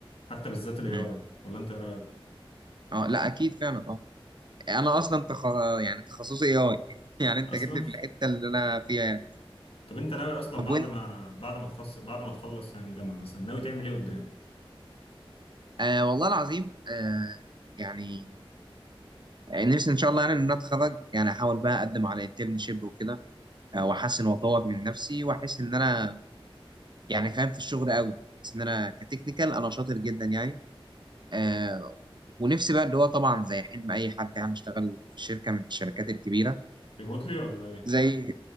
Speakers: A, on the left (about 75°); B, on the right (about 50°).
A: حتى بالذات الاي
B: مم.
A: اي ولا انت ايه رايك
B: اه لا اكيد فعلا اه انا اصلا تخ... يعني تخصصي اي اي <laughs> يعني انت
A: اصلا
B: جيت لي في الحته اللي انا فيها يعني.
A: طب انت ناوي اصلا
B: طب
A: بعد
B: وانت
A: ما بعد ما تخص بعد ما تخلص يعني جامعه مثلا ناوي تعمل ايه قدام
B: آه والله العظيم آه يعني آه، نفسي ان شاء الله يعني ان انا اتخرج يعني احاول بقى اقدم على انترنشيب وكده آه واحسن واطور من نفسي واحس ان انا يعني فاهم في الشغل قوي بس ان انا كتكنيكال انا شاطر جدا يعني آه ونفسي بقى اللي هو طبعا زي حلم اي حد يعني اشتغل في شركه من الشركات الكبيره
A: ريموتلي ولا ايه
B: زي